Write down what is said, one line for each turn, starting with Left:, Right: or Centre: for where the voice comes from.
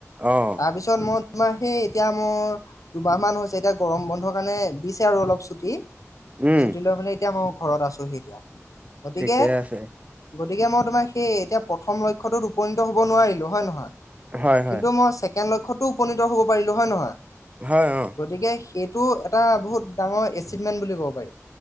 Right: অ',
Left: তাৰপিছত- মই তোমাৰ সেই এতিয়া মোৰ- দুমাহমান হৈছে এতিয়া গৰম বন্ধৰ কাৰণে দিছে আৰু অলপ ছুটি।
Right: উম,
Left: ছুটি লৈ মানে- এতিয়া মই ঘৰত আছোহি এতিয়া। গতিকে-
Right: ঠিকে আছে,
Left: গতিকে মই তোমাৰ সেই এতিয়া প্ৰথম লক্ষ্যটোত উপনীত হব নোৱাৰিলো হয় নহয়, -
Right: হয়, হয়,
Left: কিন্তু মই ছেকেণ্ড লক্ষয়তো উপনীত হব পাৰিলো হয় নহয়।
Right: হয় অ
Left: গতিকে সেইটো এটা বহুত ডাঙৰ এচিভমেণ্ট বুলি ক'ব পাৰি